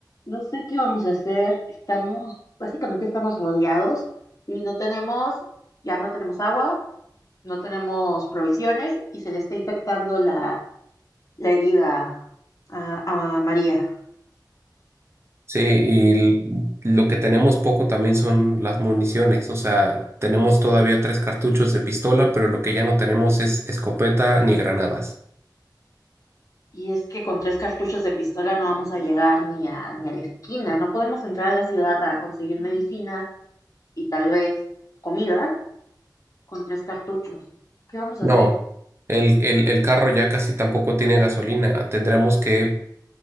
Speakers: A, on the left; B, on the right.
A: No sé qué vamos a hacer. Estamos, básicamente estamos rodeados y no tenemos, ya no tenemos agua, no tenemos provisiones y se le está infectando la, la herida a, a María.
B: Sí, y l- lo que tenemos poco también son las municiones, o sea, tenemos todavía tres cartuchos de pistola, pero lo que ya no tenemos es escopeta ni granadas.
A: Y es que con tres cartuchos de pistola no vamos a llegar ni a, ni a la esquina. No podemos entrar a la ciudad a conseguir medicina y tal vez comida con tres cartuchos. ¿Qué vamos a
B: No,
A: hacer?
B: el, el, el carro ya casi tampoco tiene gasolina, tendremos que